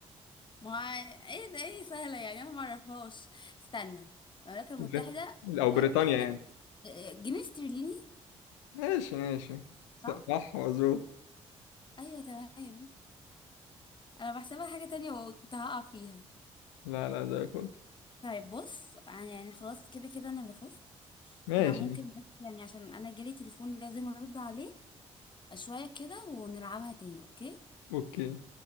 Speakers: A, on the left (about 30°); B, on the left (about 85°).
A: ما هو ايه ده ايه سهلة يعني انا ما اعرفهاش استنى المملكة المتحدة
B: ب-
A: هو
B: او بريطانيا
A: حاجة
B: يعني
A: اه، آه، جنيه استرليني
B: ماشي ماشي صح
A: صح
B: مظبوط
A: ايوه تمام انا بحسبها حاجة تانية وكنت هقع فيها
B: لا لا زي الفل
A: طيب بص يعني خلاص كده كده انا اللي فزت
B: ماشي
A: احنا ممكن بس يعني عشان انا جالي تليفون لازم ارد عليه شوية كده ونلعبها تاني اوكي
B: اوكي